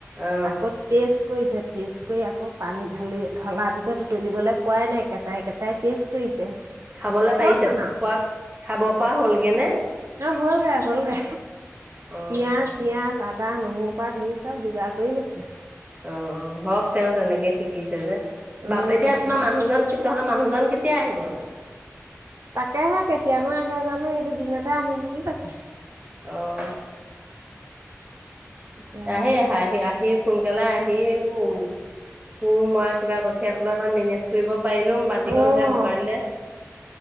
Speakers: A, on the right; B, on the right.
A: অ
B: আকৌ, টেষ্ট কৰিছে, টষ্ট কৰি আকৌ, পানী ঢালি, ঢলাৰ পিছত
A: উম
B: উতলিবলে পোৱাই নাই, কেঁচাই-কেঁচাই টেষ্ট কৰিছে।
A: খাবলে
B: হখন
A: পাৰিছে,
B: আৰু
A: পোৱা, খাব পৰা হ'লগেনে?
B: হ হ'ল গে হ'ল গে
A: অ',
B: পিয়াজ চিয়াজ আদা নহৰু পৰা ধৰি চব যোগাৰ কলৈ আছে।
A: অ অ হওক তেওঁ তেনেকেই শিকিছে যে।
B: উম
A: বাপকে এতিয়া
B: বনাই
A: তোমাৰ মানুহজন
B: দিছে
A: তহতৰ মানুহজন কেতিয়া আহিব?
B: তাকেহে কেতিয়ানো আহে জানো এই দুদিনতে আহিম বুলি কৈছে?
A: অ,
B: এতিয়া
A: আহে
B: হেৰি
A: হে আহ সোনকালে আহি আহিবোৰ শু মৰা কিবা কঠিয়া তোলা এটা মেনেজ ফুৰিব পাৰিলো বাতিকন
B: অ'।
A: তেতিয়া বোকা দিলে?